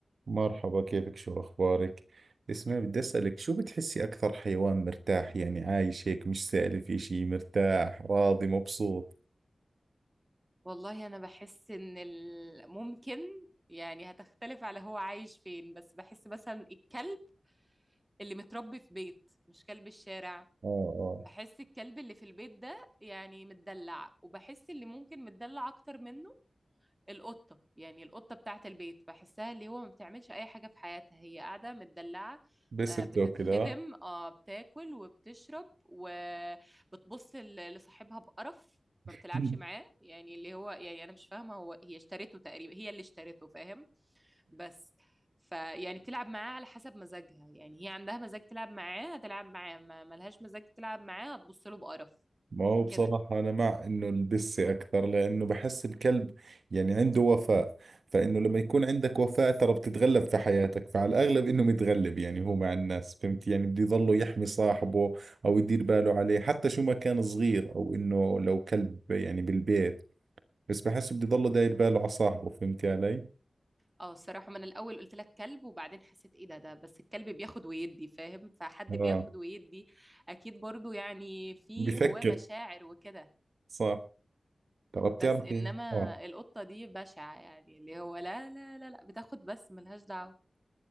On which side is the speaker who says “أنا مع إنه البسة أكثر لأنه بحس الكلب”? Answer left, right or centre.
Right